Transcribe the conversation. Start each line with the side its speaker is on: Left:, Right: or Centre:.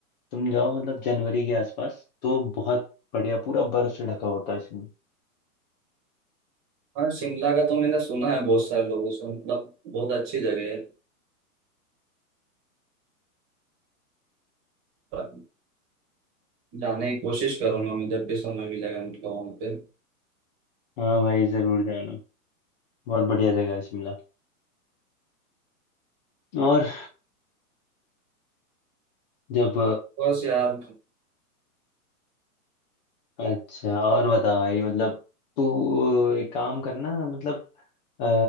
Left: तुम जाओ मतलब जनवरी के आसपास तो बहुत बढ़िया पूरा बर्फ से ढका होता है शिमला
Right: हाँ शिमला का तो मैंने सुना है बहुत सारे लोगों से मतलब बहुत अच्छी जगह है पर जाने की कोशिश करूंगा मैं जब भी समय मिलेगा मतलब वहाँ पे
Left: हाँ भाई जरूर जाना बहुत बढ़िया जगह है शिमला और जब
Right: बस यार
Left: अच्छा और बता भाई मतलब तू अ, एक काम करना मतलब अ,